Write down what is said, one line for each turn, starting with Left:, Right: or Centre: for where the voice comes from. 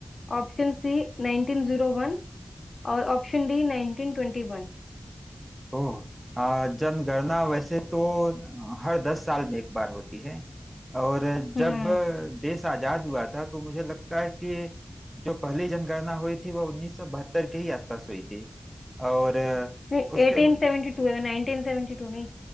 Left: ऑप्शन सी 1901 और ऑप्शन डी 1921
Right: ओह आ, जनगणना वैसे तो हर दस साल में एक बार होती है और
Left: हम्म
Right: जब देश आजाद हुआ था तो मुझे लगता है कि जो पहली जनगणना हुई थी वह 1972 के ही आसपास हुई थी और
Left: नहीं 1872
Right: उसके
Left: है 1972 नहीं